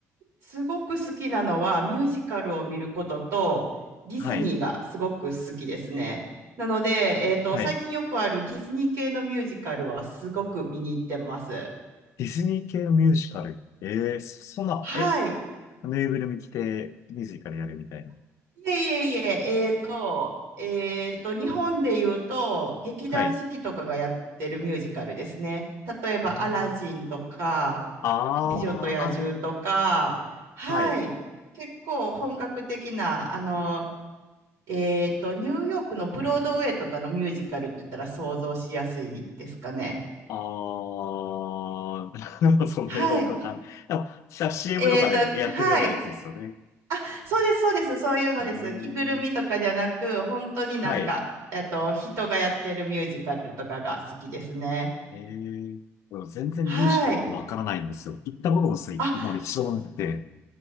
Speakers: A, on the right; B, on the left.
A: すごく好きなのはミュージカルを見ることと、ディズニーがすごく好きですね。
B: はい。
A: なので、えーっと、
B: はい。
A: 最近よくあるディズニー系のミュージカルはすごく見に行ってます。
B: ディズニー系のミュージカル。ええそそんな、
A: はい。
B: え、ぬいぐるみ着てミュージカルやるみたいな。
A: いえいえいえ、えーっと、えーっと、日本で言うと、劇団四季とかがやってるミュージカルですね。
B: はい。
A: 例えば、
B: えー、
A: アラジンとか、
B: あー、
A: 美女と野獣とか、
B: あ
A: はい、
B: ー、はい。
A: 結構本格的な、あの、えっと、ニューヨークのブロードウェイとかのミュージカルって言ったら想像しやすいですかね。
B: あー、<laughs> でもそんなによくわかんない。
A: はい。
B: でも、さ CM
A: えっと、
B: とかでやってるようなやつですよね。
A: はい。あ、そうです、そうです。そういうのです。
B: えー、
A: 着ぐるみとかじゃなく、本当になんか、
B: はい。
A: えっと、人がやってるミュージカルとかが好きですね。
B: えー、でも全然ミュージカルってわからないんですよ。
A: はい。
B: 行ったこともすい今まで一度もなくて。
A: あ、